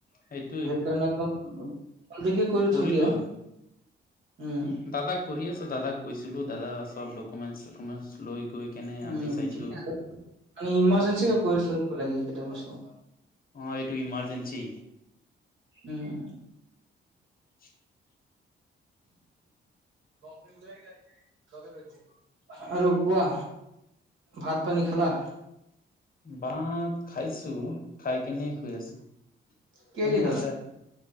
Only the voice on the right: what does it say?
সেইকাৰণে একদম জল্ডি কৰি
থৈ দিয়া
উম
উম
ঠিকে আছে মানে ইমাৰ্জেঞ্চি
কৰি থৈ দিব লাগে এই কেইটা বস্তু
উম
<unintelligible> আৰু কোৱা ভাত পানী খালা
কি
দি খালা